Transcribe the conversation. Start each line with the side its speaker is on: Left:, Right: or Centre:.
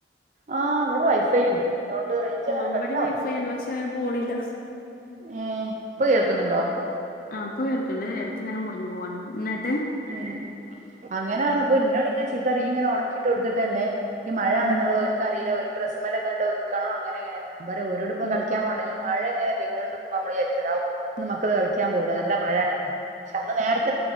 Right: ആ ഇവടെ വൈഫൈ ഇണ്ട്. അതോണ്ട് റേഞ്ച്
Left: ആഹ്
Right: അങ്ങനെ
Left: ഇവടിം
Right: കട്ടാവൂല.
Left: വൈഫൈയാണ് പക്ഷെ അങ്ങനെ പോണില്ല
Right: ഉം ഇപ്പൊ കേൾക്കുന്നുണ്ടോ?
Left: ആഹ് പ്പോ കേൾക്ക്ണ്ട് എടക്ക്ങ്ങനെ മുറിഞ്ഞ് പോവാണ് ന്നിട്ട്
Right: ഏഹ് അങ്ങനാന്ന് ഇപ്പൊ ഇന്നോട് ഇങ്ങെ ചീത്തറിയു ഇയ്യ് ഇങ്ങനെ ഉണക്കിട്ട് കൊടുത്തിട്ടല്ലേ ഈ മഴ ആണെന്നുള്ളത്
Left: ഉം
Right: ഓ ഇക്കറിയില്ല ഒരു ഡ്രസ്സ്മേല്ങ്ങാണ്ട് ഒതുക്കാണോ അങ്ങനെങ്ങനെയാ ഞാൻ പറയു ഓരോട് ഇപ്പ
Left: ഉം
Right: കളിക്കാൻ പോണ്ട മഴ ഇങ്ങനെ പെയ്തതോണ്ടിക്കുമ്പോ നമ്മള് വിജാരിക്കോലോ ഔവ് ഇന്ന് മക്കള് കളിക്കാൻ പോവുല്ല നല്ല മഴേണ്ന്ന് പക്ഷെ അന്ന് നേരത്തെ